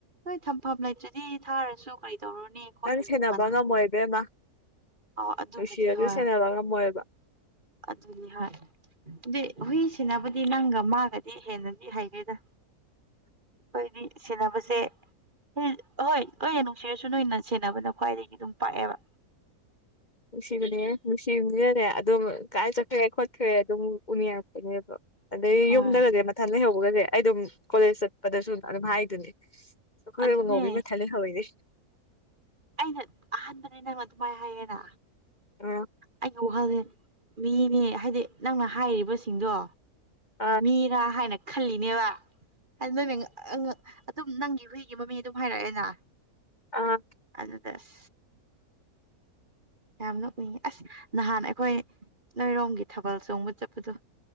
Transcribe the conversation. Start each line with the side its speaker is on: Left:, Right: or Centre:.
Right: ꯍꯣꯢ ꯊꯝꯐꯝ ꯂꯩꯇ꯭ꯔꯗꯤ ꯊꯥꯔꯁꯨ ꯀꯔꯤ ꯇꯧꯔꯨꯅꯤ ꯈꯣꯠꯂꯨꯅꯤ
Left: ꯅꯪ ꯁꯦꯟꯅꯕ
Right: ꯃꯥꯅ
Left: ꯉꯝꯃꯣꯢ
Right: ꯍꯥꯏ
Left: ꯏꯕꯦꯝꯃ
Right: ꯑꯣ ꯑꯗꯨꯕꯨꯗꯤ
Left: ꯅꯨꯡꯁꯤꯔꯁꯨ
Right: ꯍꯣꯏ
Left: ꯁꯦꯟꯅꯕ ꯉꯝꯃꯣꯢꯕ
Right: ꯑꯗꯨꯗꯤ ꯍꯥꯢꯔ ꯑꯗꯨ ꯍꯨꯢ ꯁꯦꯟꯅꯕꯗꯤ ꯅꯪꯒ ꯃꯥꯒꯗꯤ ꯍꯦꯟꯅꯗꯤ ꯍꯩꯒꯦꯗ ꯑꯩꯈꯣꯢꯗꯤ ꯁꯦꯟꯅꯕꯁꯦ ꯎꯝ ꯑꯍꯣꯢ ꯑꯩꯅ ꯅꯨꯡꯁꯤꯔꯁꯨ ꯅꯣꯢꯅ ꯁꯦꯟꯅꯕꯅ ꯈ꯭ꯋꯥꯢꯗꯒꯤ ꯑꯗꯨꯝ ꯄꯥꯛꯑꯦꯕ
Left: ꯅꯨꯡꯁꯤꯕꯅꯦ ꯅꯨꯡꯁꯤꯕꯤꯅꯅꯦ ꯑꯗꯨꯝ ꯀꯥꯢ ꯆꯠꯈ꯭ꯔꯦ ꯈꯣꯠꯈ꯭ꯔꯦ ꯑꯗꯨꯝ ꯎꯅꯤꯡꯉꯛꯄꯅꯦꯕ ꯑꯗꯩ
Right: ꯍꯣꯏ
Left: ꯌꯨꯝꯗꯒꯁꯦ ꯃꯊꯟ ꯂꯩꯍꯧꯕꯒꯁꯦ ꯑꯩ ꯑꯗꯨꯝ ꯀꯣꯂꯦꯖ ꯆꯠꯄꯗꯁꯨ ꯑꯗꯨꯝ ꯍꯥꯢꯗꯨꯅꯦ ꯑꯩꯈꯣꯢ
Right: ꯑꯗꯨꯅꯦ
Left: ꯉꯧꯕꯤ ꯃꯊꯜ ꯂꯩꯍꯧꯋꯦꯅꯦ
Right: ꯑꯩꯅ ꯑꯍꯥꯟꯕꯅꯤ ꯅꯪ ꯑꯗꯨꯃꯥꯢꯅ ꯍꯥꯢꯌꯦꯅ
Left: ꯑꯥ
Right: ꯑꯩꯒꯤ ꯋꯥꯈꯜꯁꯦ ꯃꯤꯅꯦ ꯍꯥꯢꯗꯤ ꯅꯪꯅ ꯍꯥꯢꯔꯤꯕꯁꯤꯡꯗꯣ
Left: ꯑꯥ
Right: ꯃꯤꯔꯥ ꯍꯥꯢꯅ ꯈꯜꯂꯤꯅꯦꯕ <unintelligible> ꯑꯗꯨꯝ ꯅꯪꯒꯤ ꯍꯨꯢꯒꯤ ꯃꯃꯤ ꯑꯗꯨꯝ ꯍꯥꯢꯔꯛꯑꯦꯅ
Left: ꯑꯥ
Right: ꯑꯗꯨꯗ ꯑꯁ ꯌꯥꯝ ꯅ ꯎꯅꯤꯡꯉꯤ ꯑꯁ ꯅꯍꯥꯟ ꯑꯩꯈꯣꯢ ꯅꯣꯢꯔꯣꯝꯒꯤ ꯊꯥꯕꯜ ꯆꯣꯡꯕ ꯆꯠꯄꯗꯣ